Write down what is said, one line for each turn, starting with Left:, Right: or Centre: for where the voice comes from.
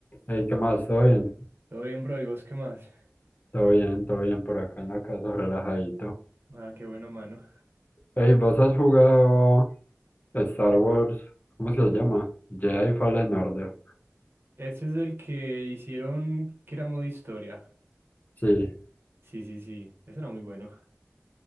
Left: Ey, ¿qué más? ¿Todo bien?
Right: Todo bien, bro, ¿y vos qué más?
Left: Todo bien, todo bien por acá en la casa, relajadito.
Right: Ah, qué bueno, mano.
Left: Ey, ¿vos has jugado Star Wars? ¿Cómo se llama? Jedi Fallen Order.
Right: Ese es el que hicieron que era modo historia.
Left: Sí,
Right: Sí, sí, sí, ese era muy bueno.